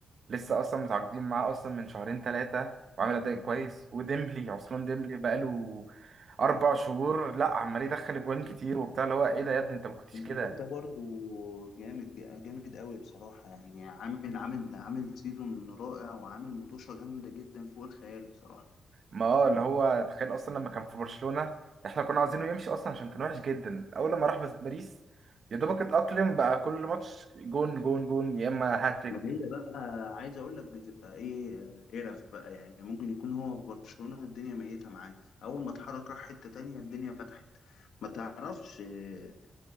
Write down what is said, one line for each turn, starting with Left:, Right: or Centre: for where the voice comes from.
Right: لسه اصلا متعاقدين معاه اصلا من شهرين ثلاثه وعامل اداء كويس وديمبلي عثمان ديمبلي بقاله اربع شهور لا عمال يدخل اجوان كتير وبتاع اللي هو ايه ده يا ابني انت ما كنتش
Left: الواد
Right: كده
Left: ده برضو جامد جامد قوي بصراحة يعني عامل عامل عامل سيزون رائع وعامل مطوشة جامدة جدا فوق الخيال بصراحة
Right: ما اه اللي هو تخيل اصلا لما كان في برشلونة احنا كنا عايزينه يمشي اصلا عشان كان وحش جدا اول لما راح بس- باريس يا دوبك اتأقلم بقى كل ماتش جون جون جون يا اما هاتريك
Left: ما هي بقى عايز اقول لك بتبقى ايه آه، قرف بقى يعني ممكن يكون هو في برشلونة الدنيا ميتة معاه اول ما اتحرك راح حتة تانية الدنيا فتحت ما تعرفش آه،